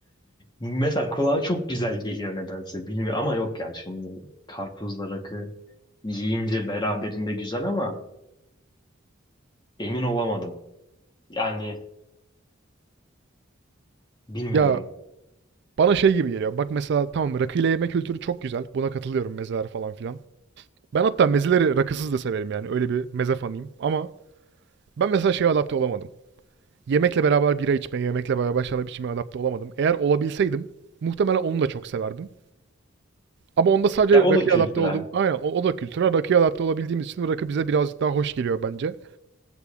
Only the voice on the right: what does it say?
Ya bana şey gibi geliyor. Bak mesela tamam rakıyla yemek kültürü çok güzel. Buna katılıyorum mezeler falan filan. Ben hatta mezeleri rakısız da severim yani. Öyle bir meze fanıyım. Ama ben mesela şeye adapte olamadım. Yemekle beraber bira içmeye, yemekle beraber şarap içmeye adapte olamadım. Eğer olabilseydim muhtemelen onu da çok severdim. Ama onda sadece
rakıya
adapte olduğum, aynen o, o da kültüre rakıya adapte olabildiğimiz için rakı bize birazcık daha hoş geliyor bence.